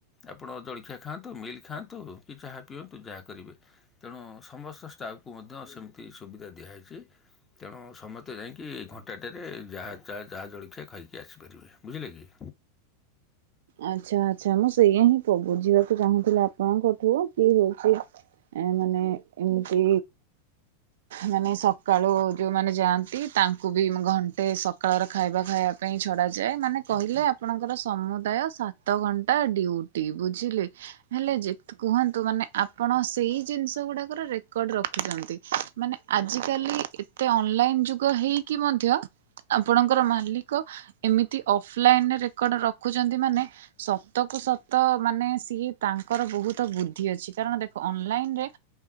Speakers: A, on the left (about 20°); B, on the right (about 60°).
A: ଆପଣ ଜଳଖିଆ ଖାଆନ୍ତୁ ମିଲ୍ ଖାଆନ୍ତୁ କି ଚାହା ପିଅନ୍ତୁ ଯାହା କରିବେ। ତେଣୁ ସମସ୍ତ ଷ୍ଟାଫଙ୍କୁ ମଧ୍ୟ ସେମିତି ସୁବିଧା ଦିଆହେଇଛି। ତେଣୁ ସମସ୍ତେ ଯାଇକି ଘଣ୍ଟାଟାରେ ଯାହା ଚା ଜଳଖିଆ ଖାଇକି ଆସିପାରିବେ ବୁଝିଲେ କି?
B: ଆଚ୍ଛା ଆଚ୍ଛା ମୁଁ ସେଇଆ ହିଁ ବୁଝିବାକୁ ଚାହୁଁଥିଲି ଆପଣଙ୍କଠୁ କି ହଉଛି। ଏ ମାନେ ଏମିତି ମାନେ ସ ସକାଳୁ ଯୋଉମାନେ ଯାଆନ୍ତି ତାଙ୍କୁ ବି ଘଣ୍ଟେ ସକାଳର ଖାଇବା ଖାଇବା ପାଇଁ ଛଡାଯାଏ ମାନେ କହିଲେ ଆପଣଙ୍କର ସମୁଦାୟ ସାତ ଘଣ୍ଟା ଡ୍ୟୁଟି ବୁଝିଲେ ହେଲେ କୁହନ୍ତୁ ମାନେ ଆପଣ ସେଇ ଜିନିଷ ଗୁଡ଼ାକର ରେକର୍ଡ଼ ରଖୁଛନ୍ତି ମାନେ ଆଜିକାଲି ଏତେ ଅନଲାଇନ ଯୁଗ ହେଇକି ମଧ୍ୟ ଆପଣଙ୍କର ମାଲିକ ଏମିତି ଅଫଲାଇନରେ ରେକର୍ଡ ରଖୁଛନ୍ତି ମାନେ ସତ କୁ ସତ ମାନେ ସିଏ ତାଙ୍କର ବହୁତ ବୁଦ୍ଧି ଅଛି କାରଣ ଦେଖ ଅନଲାଇନରେ